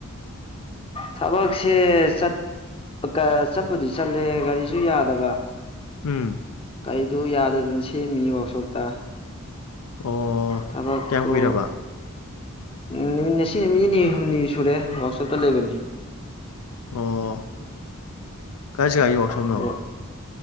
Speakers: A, on the left; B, on the left.
A: ꯊꯕꯛꯁꯦ ꯆꯠ ꯀ ꯆꯠꯄꯨꯗꯤ ꯆꯠꯂꯦ ꯒꯥꯔꯤꯁꯨ ꯌꯥꯗꯕ
B: ꯎꯝ
A: ꯒꯥꯔꯤꯗꯨ ꯌꯥꯗꯗꯅ ꯁꯦꯝꯃꯤ ꯋꯥꯛꯁꯣꯞꯇ
B: ꯑꯣ
A: ꯊꯕꯛꯛꯇꯨ
B: ꯀꯌꯥꯝ ꯀꯨꯏꯔꯕ
A: ꯅꯨꯠ ꯉꯁꯤ ꯅꯨꯃꯤꯠ ꯅꯤꯅꯤ ꯍꯨꯝꯅꯤ ꯁꯨꯔꯦ ꯋꯥꯛꯁꯣꯞꯇ ꯂꯩꯕꯅꯤ
B: ꯑꯣ ꯀꯥꯏ ꯖꯒꯥꯒꯤ ꯋꯥꯛꯁꯣꯞꯅꯣ
A: ꯑꯗꯣ